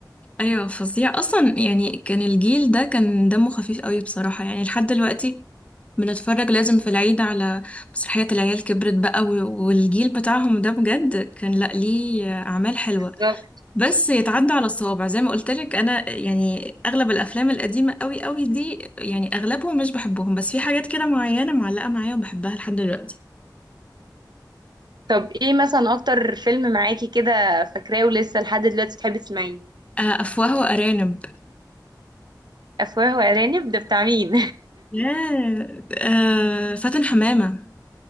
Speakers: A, on the left (about 15°); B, on the right (about 70°).
A: ايوه فظيع اصلا يعني كان الجيل ده كان دمه خفيف قوي بصراحه يعني لحد دلوقتي بنتفرج لازم في العيد على مسرحيه العيال كبرت بقى و- والجيل بتاعهم ده بجد كان لا ليه اعمال حلوه
B: بالظبط
A: بس يتعدى على الصوابع زي ما قلت لك انا يعني اغلب الافلام القديمه قوي قوي دي يعني اغلبهم مش بحبهم بس في حاجات كده معينه معلقه معايا وبحبها لحد دلوقتي
B: طب ايه مثلا اكتر فيلم معاكي كده فاكراه ولسه لحد دلوقتي بتحبي تسمعيه
A: آه، افواه وارانب
B: افواه وارانب ده بتاع مين
A: ياه آه، فاتن حمامه